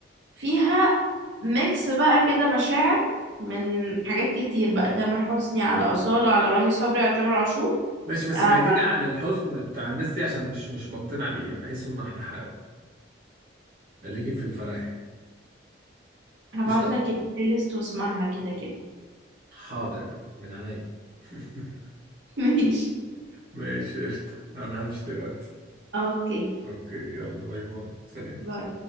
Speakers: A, on the right; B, on the right.
A: فيها ميكس بقى كده مشاعر من حاجات كتير بقى تامر حسني على أصالة على رامي صبري على تامر عاشور
B: ماشي بس
A: آه،
B: بعيدين عن الحزن بتاع الناس دي عشان مش مش بقتنع بيه بحس ان احنا حقه خليكي في الفرايحي
A: هبعت
B: قشطه
A: لك البلاي ليست واسمعها كده كده
B: حاضر يا فندم من عينيا <laughs>
A: <laughs> ماشي
B: ماشي قشطة أنا همشي دلوقتي
A: أوكي
B: أوكي يلا باي باي سلام
A: باي